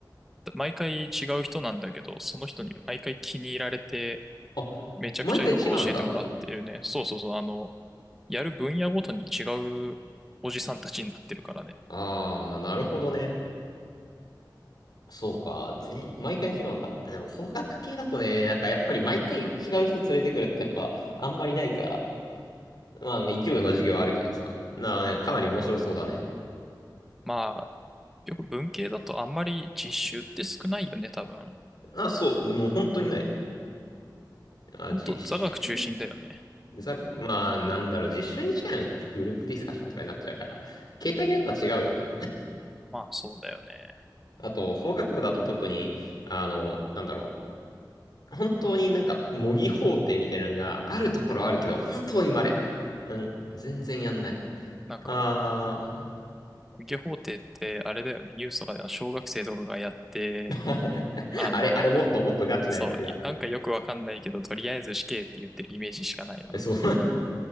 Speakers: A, in the centre; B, on the left.
A: 毎回違う人なんだけど、その人に毎回気に入られて、
B: あ、
A: めちゃくちゃよく教えてもらってるね。
B: 毎回違うんだ。
A: そうそうそう、あの、やる分野ごとに違うおじさんたちになってるからね。
B: あー、なるほどね。そうか。ぜ、毎回違うのか。あでも、法学系だとね、なんかやっぱり毎回違う人連れてくるってやっぱ、あんまりないから。まあ、一部の授業はあるけどさ。なあ、かなり面白そうだね。
A: まあ、よく文系だとあんまり実習って少ないよね、多分。
B: あ、そう。でも本当にない。あ、
A: 本当座学中心だよね。
B: 実習座学、まあ、なんだろう、実習に近いのが結局グループディスカッションとかになっちゃうから、形態がやっぱ違うよね。
A: まあそうだよね。
B: あと、法学部だと特に、あの、なんだろう。本当になんか模擬法廷みたいなのがあるところはあるけど、本当に稀。うん、全然やんない。
A: なんか、
B: あー。
A: 受け法廷ってあれだよね。ニュースとかでは小学生とかがやって、
B: <laughs>
A: あの、
B: あれ、あれもっともっとガチなやつが。
A: <laughs> そう、なんかよくわかんないけど、とりあえず死刑って言ってるイメージしかないな。
B: そう、<laughs>